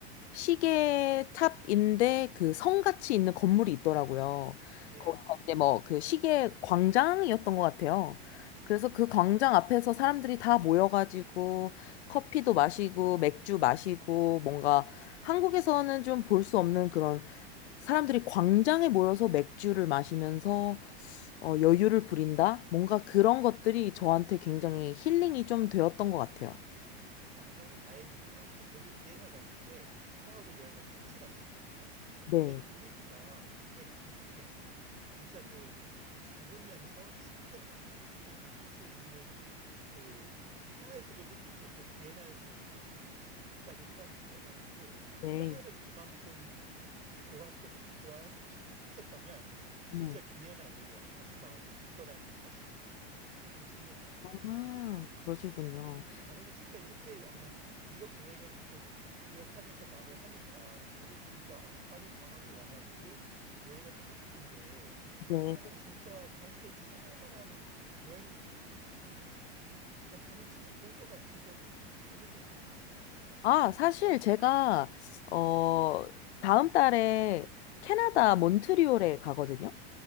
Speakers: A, on the left (about 85°); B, on the right (about 20°).
A: 시계탑인데 그 성같이 있는 건물이 있더라고요.
B: 네네.
A: 거기가 이제 뭐 그 시계 광장이었던 것 같아요. 그래서 그 광장 앞에서 사람들이 다 모여가지고 커피도 마시고 맥주 마시고 뭔가 한국에서는 좀 볼 수 없는 그런 사람들이 광장에 모여서 맥주를 마시면서 어, 여유를 부린다? 뭔가 그런 것들이 저한테 굉장히 힐링이 좀 되었던 것 같아요.
B: 아, 너무 다행이네요. 저, 저도 비엔나 갔을 때 프라하도 여행을 같이 갔었거든요.
A: 네,
B: 근데 분위기가 꽤 비슷해요. 진짜 그 좀 작으면서 친근함이 느낄 수 있는 그 프라하에서도 느낄 수 있고 비엔나에서도 느낄 수 있, 있다고 생각이 들어가지고
A: 네,
B: 프라하를 그만큼 좋아했었, 좋아했었다면 진짜
A: 네.
B: 비엔나도 아주 마음에 들 거라는 자신이 좀 생김, 생깁니다.
A: 아, 그러시군요.
B: 아, 근데 진짜 이렇게 아, 좀 유럽 여행을 계속 기억하면서 말을 하니까 저도 진짜 아, 빨리 방학이 와가지고 여행을 하고 싶은데
A: 네.
B: 그쪽은 진짜 저한테 추천할 만한 여행 음, 감- 가면 진짜 좋을 것 같은 곳 한 알려줄 수 있을까요?
A: 아, 사실 제가, 어, 다음 달에 캐나다 몬트리올에 가거든요.